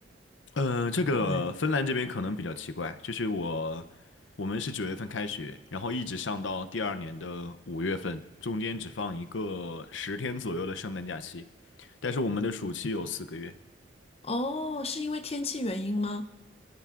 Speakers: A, on the left; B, on the left.
A: 呃，这个芬兰这边可能比较奇怪，
B: 对。
A: 就是我我们是九月份开学，然后一直上到第二年的五月份，中间只放一个十天左右的圣诞假期，但是我们的暑期有四个月。
B: 哦，是因为天气原因吗？